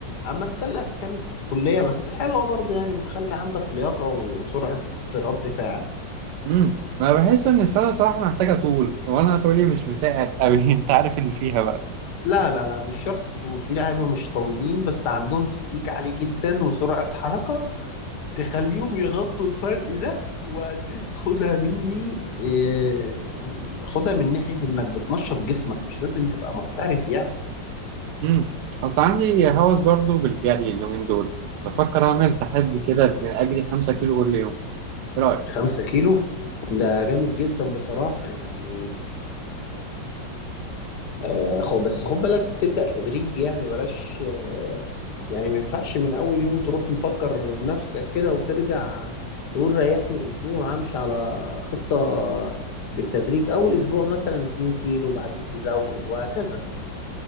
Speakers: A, on the left; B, on the right.
A: اما السلة فكانت في الكلية بس حلوة برضه يعني بتخلي عندك لياقة وسرعة رد فعل
B: امم انا بحس ان السله صراحه محتاجه طول وانا طولي مش مساعد قوي <laughs> انت عارف اللي فيها بقى
A: لا لا لا مش شرط الطول في لعيبة مش طويلين بس عندهم تكنيك عالي جدا وسرعة حركة تخليهم يغطوا الفرق ده وبعدين خدها مني إيه، خدها من ناحية انك بتنشط جسمك مش لازم تبقى محترف يعني
B: امم اصل عندي هوس برضو بالجري اليومين دول بفكر اعمل تحدي كده ان اجري خمسة كيلو كل يوم ايه رايك
A: خمسة كيلو ده جامد جدا بصراحة يعني آه، خد بس خد بالك تبدأ تدريجي يعني بلاش آه، يعني ما ينفعش من أول يوم تروح مفجر نفسك كده وترجع تقول ريحني أسبوع أمشي على خطة بالتدريج أول أسبوع مثلا 2 كيلو بعدين تزود وهكذا